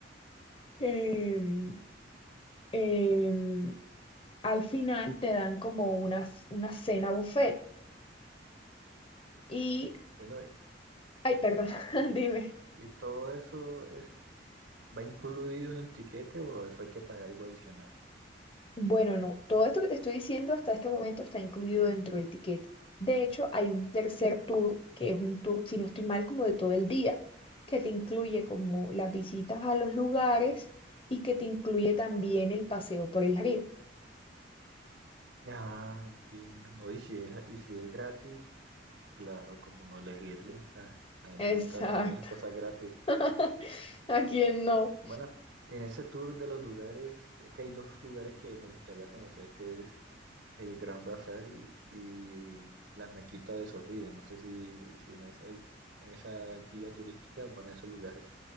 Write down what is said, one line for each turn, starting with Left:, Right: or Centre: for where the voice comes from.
Left: que mm, em, al final te dan como una, una cena buffet. Y,
Right: Bueno,
Left: ay, perdón, <laughs>
Right: y,
Left: dime.
Right: y todo eso es, va incluido en el tiquete o eso hay que pagar algo adicional.
Left: Bueno, no, todo esto que te estoy diciendo hasta este momento está incluido dentro del ticket. De hecho, hay un tercer tour, que es un tour, si no estoy mal, como de todo el día, que te incluye como las visitas a los lugares y que te incluye también el paseo por el río.
Right: Ah, entiendo. No, y si es, y si es gratis, claro, como no elegirlo. Ah, a mí
Left: Exacto.
Right: me gustan también las cosas
Left: <laughs>
Right: gratis.
Left: ¿A quién no?
Right: Bueno, en ese tour de los lugares, es que hay dos lugares que me gustaría conocer, que es el Gran Bazar y, y las Mequitas de Sofía. No sé si, si en esa, en esa guía turística van a esos lugares.